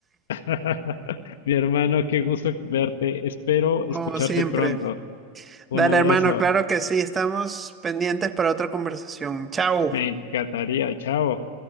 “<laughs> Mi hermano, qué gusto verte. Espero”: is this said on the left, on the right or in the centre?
Left